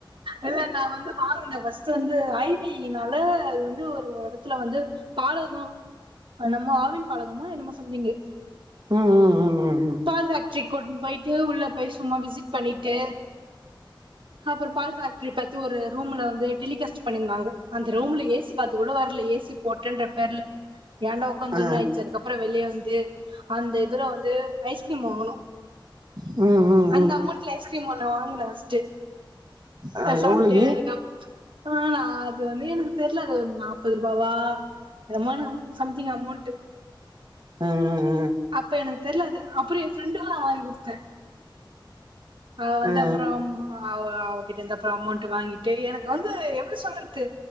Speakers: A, on the right (about 75°); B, on the right (about 55°).
A: இல்ல நா வந்து வாங்கன ஃபஸ்ட்டு வந்து ஐ வினால அது வந்து ஒரு எடத்துல வந்து பாலகோ நம்ம ஆவின் பாலகமா என்னமோ சம்திங்கு
B: ம் ம் ம் ம் ம்
A: பால் ஃபேக்ரிக் கூட்ணு போயிட்டு உள்ள போய் சும்மா விசிட் பண்ணிட்டு அப்புற பால் ஃபேக்ரி பத்தி ஒரு ரூம்ல வந்து டெலிகாஸ்ட் பண்ணிருந்தாங்க அந்த ரூம்ல ஏ சி காத்து கூட வர்ல ஏ சி போட்டேன்ட்ரபேர்ல ஏண்டா ஒக்காஞ்சோன்னு
B: ஆ
A: அய்ச்சு அதுக்கப் அப்புற வெளிய வந்து அந்த இதுல வந்து ஐஸ்கிரீம் வாங்னோ
B: உ
A: அந்த அமௌண்ட்ல ஐஸ்கிரீம் ஒன்னு வாங்கனோ ஃபஸ்டு
B: ஆ
A: அது சாப்டே
B: எவ்ளோகி
A: அதுக்கு அப் ஆனா அது வந்து எனக்கு தெர்ல அது நாப்பத்ருவாவா <unintelligible> சம்திங் அமோண்ட்டு
B: ஆ ஆ ஆ
A: அப்ப எனக்கு தெர்ல அது அப்புற ஏ ப்ஃரெண்டுக்கு அ வாங்கி குடுத்தே அ வந்து
B: ஆ ஆ
A: அப்றம் அவ் அவகிட்ட இந்து அப்புற அமோண்ட் வாங்கிட்டு எனக்கு வந்து எப்டி சொல்றத்து